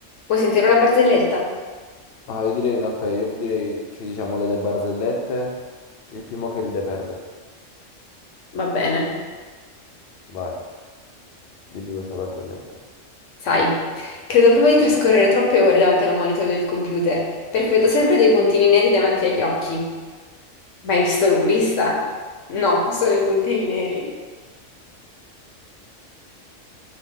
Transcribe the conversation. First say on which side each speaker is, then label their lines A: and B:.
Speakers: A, on the left (about 75°); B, on the left (about 55°).
A: Vuoi sentire una barzelletta?
B: No, io direi, no, aspetta, io direi ci diciamo delle barzellette. Il primo che ride perde.
A: Va bene.
B: Vai, dimmi questa barzelletta. <coughs>
A: Sai, credo proprio di trascorrere troppe ore davanti al monitor del computer, perché vedo sempre dei puntini neri davanti agli occhi. Ma hai visto l'oculista? No, solo i puntini neri.